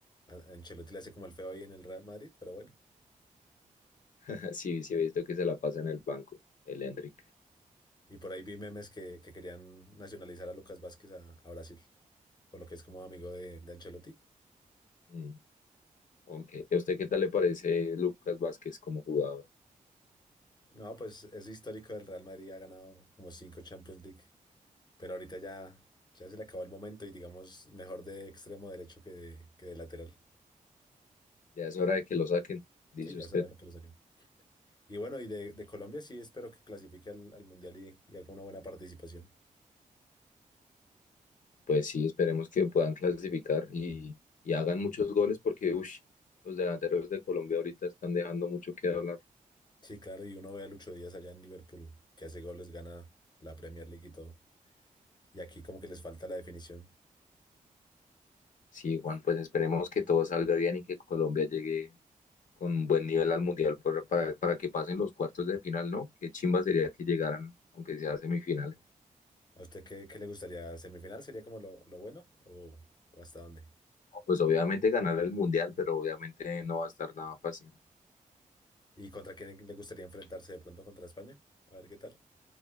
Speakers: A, on the left (about 30°); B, on the left (about 65°).
A: a- Ancelotti le hace como el feo ahí en el Real Madrid, pero bueno.
B: <laughs> Sí, sí, he visto que se la pasa en el banco, el Endrick.
A: Y por ahí vi memes que, que querían nacionalizar a Lucas Vázquez a, a Brasil, por lo que es como amigo de, de Ancelotti.
B: Mm, ok. ¿Y ¿A usted qué tal le parece Lucas Vázquez como jugador?
A: No, pues es histórico del Real Madrid, ha ganado como cinco Champions League, pero ahorita ya, ya se le acabó el momento y digamos mejor de extremo derecho que de, que de lateral.
B: Ya es hora de que lo saquen, dice
A: Sí, ya
B: usted.
A: será lo que lo saquen. Y bueno, y de, de Colombia sí espero que clasifique al, al Mundial y, y haga una buena participación.
B: Pues sí, esperemos que puedan clasificar y, y hagan muchos goles porque, ush, los delanteros de Colombia ahorita están dejando mucho que hablar.
A: Sí, claro, y uno ve a Lucho Díaz allá en Liverpool, que hace goles, gana la Premier League y todo. Y aquí como que les falta la definición.
B: Sí, Juan, pues esperemos que todo salga bien y que Colombia llegue con un buen nivel al mundial por- para, para que pasen los cuartos de final, ¿no? Qué chimba sería que llegaran, aunque sea a semifinales.
A: ¿A usted qué, qué le gustaría? ¿Semifinal sería como lo, lo bueno o, o hasta dónde?
B: No, Pues obviamente ganar el mundial, pero obviamente no va a estar nada fácil.
A: ¿Y contra quién le gustaría enfrentarse de pronto contra España? A ver qué tal.